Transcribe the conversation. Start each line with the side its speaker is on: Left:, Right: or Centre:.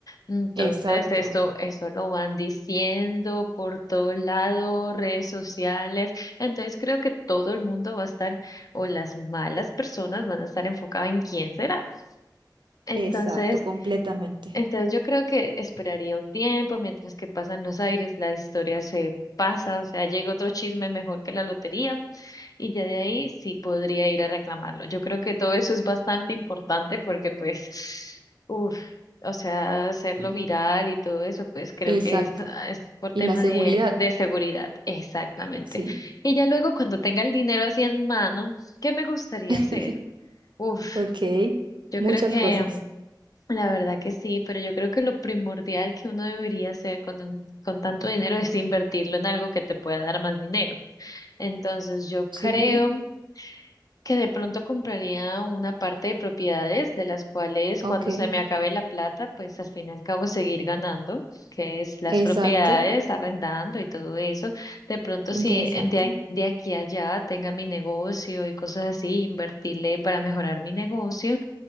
Left: Entonces,
Right: Exacto,
Left: eso, eso lo van diciendo por todo lado, redes sociales. Entonces, creo que todo el mundo va a estar, o las malas personas van a estar enfocadas en quién será. Entonces,
Right: exacto, completamente.
Left: entonces yo creo que esperaría un tiempo mientras que pasan los aires, la historia se pasa, o sea, llega otro chisme mejor que la lotería. Y ya de ahí sí podría ir a reclamarlo. Yo creo que todo eso es bastante importante porque pues, uff, o sea, hacerlo
Right: Sí.
Left: viral y todo eso, pues creo
Right: Exacto.
Left: que es, es por tema
Right: Y la seguridad,
Left: de, de seguridad. Exactamente.
Right: sí.
Left: Y ya luego cuando tenga el dinero así en mano, ¿qué me gustaría
Right: <laughs>
Left: hacer? Uff,
Right: Ok,
Left: yo
Right: muchas
Left: creo que
Right: cosas.
Left: mm, la verdad que sí, pero yo creo que lo primordial que uno debería hacer con, un- con tanto dinero <laughs> es invertirlo en algo que te pueda dar más dinero. Entonces yo
Right: Sí,
Left: creo que de pronto compraría una parte de propiedades de las cuales
Right: ok.
Left: cuando se me acabe la plata, pues al fin y al cabo seguir ganando, que es las
Right: Exacto.
Left: propiedades, arrendando y todo eso. De pronto si
Right: Interesante.
Left: de, a- de aquí a allá tenga mi negocio y cosas así, invertirle para mejorar mi negocio